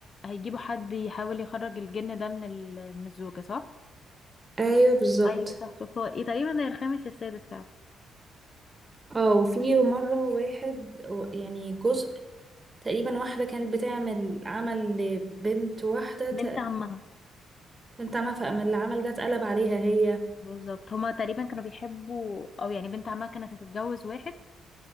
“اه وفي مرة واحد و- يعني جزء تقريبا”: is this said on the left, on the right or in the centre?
Right